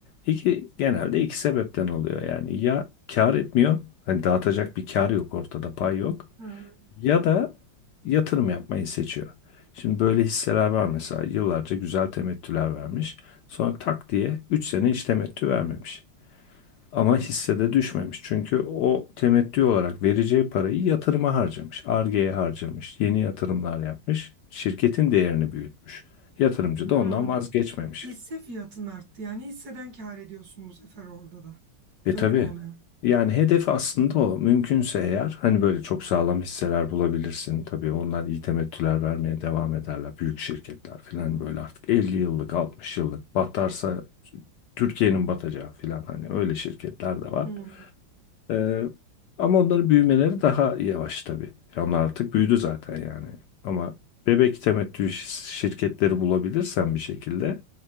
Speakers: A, on the left; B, on the right.
A: iki genelde iki sebepten oluyor. Yani ya kar etmiyor hani dağıtacak bir kar yok ortada pay yok.
B: Hmm.
A: Ya da yatırım yapmayı seçiyor. Şimdi böyle hisseler var mesela yıllarca güzel temettüler vermiş. Sonra tak diye 3 sene hiç temettü vermemiş. Ama hissede düşmemiş. Çünkü o temettü olarak vereceği parayı yatırıma harcamış. Ar-Ge'ye harcamış. Yeni yatırımlar yapmış. Şirketin değerini büyütmüş. Yatırımcı
B: Hmm.
A: da ondan vazgeçmemiş.
B: Hisse fiyatın arttı. Yani hisseden kâr ediyorsun bu sefer orada da.
A: E
B: Öyle
A: tabii.
B: mi oluyor?
A: Yani hedef aslında o. Mümkünse eğer hani böyle çok sağlam hisseler bulabilirsin. Tabii onlar iyi temettüler vermeye devam ederler. Büyük şirketler falan
B: Hı
A: böyle artık elli yıllık altmış yıllık batarsa Türkiye'nin batacağı falan hani öyle şirketler de var.
B: Hmm.
A: Ee, ama onların büyümeleri daha yavaş tabii. Ya onlar artık büyüdü zaten yani. Ama bebek temettü şi- şirketleri bulabilirsen bir şekilde